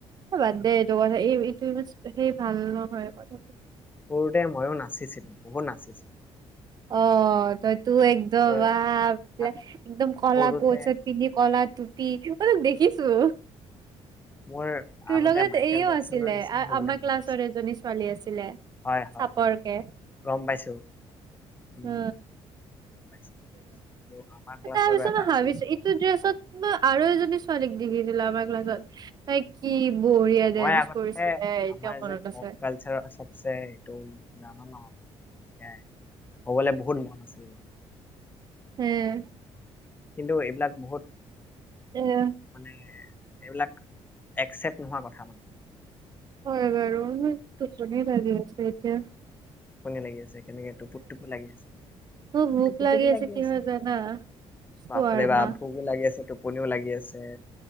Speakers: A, on the right; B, on the left.
A: বাদ দে এইটো কথা এই এইটো সেই ভাল নহয় কথাটো।
B: সৰুতে ময়ো নাচিছিলো বহুত নাচিছিলো।
A: অ ' তই তোৰ একদম
B: মোৰ
A: বাপৰে
B: এটা টাইম
A: একদম কলা
B: সৰুতে
A: কৈছে পিন্ধে ক'লা টুপী অলপ দেখিছো।
B: মোৰ
A: তোৰ
B: আগতে
A: লগত
B: মাইকেল
A: এইও
B: জেকচনৰ
A: আছিলে
B: নিচিনা হবলৈ
A: আমাৰ
B: মন
A: ক্লাছৰ
B: গৈছিল
A: এজনী ছোৱালী আছিলে
B: হয় হয়
A: চাপৰকে।
B: হয় গম পাইছো উম
A: অ
B: পাইছো আৰু আমাৰ ক্লাছৰো
A: তাৰপিছত
B: এটা
A: মই
B: আছিল
A: ভাবিছো ইটো ড্ৰেছত আৰু এজনী কোন জনী ছোৱালীক ডিগ্ৰী দিলে আমাৰ ক্লাছত? তাই কি বঢ়িয়া ডেন্স
B: মই আগতে
A: কৰিছিলে এতিয়া
B: আমাৰ
A: মনত
B: যে প'প
A: আছে
B: কালচাৰৰ চবচে এইটো জানো ন! উম। হ'বলে বহুত মন আছে। উম'
A: উম'
B: কিন্তু এইবিলাক বহুত
A: অ '
B: মানে এইবিলাক একচেপ্ট নোহোৱা কথা মানে।
A: হয় বাৰু টোপনি লাগি আছে। কিয়
B: টোপনি লাগি আছে কেনে টোপো টোপো লাগি আছে
A: মোৰ ভোক
B: টোপো টোপ
A: আছে
B: লাগি
A: কিহৰ
B: আচে
A: জানা? চোৱাৰমা,
B: বাপ ৰে বা ভোকো লাগি আছে টোপনিও লাগি আছে।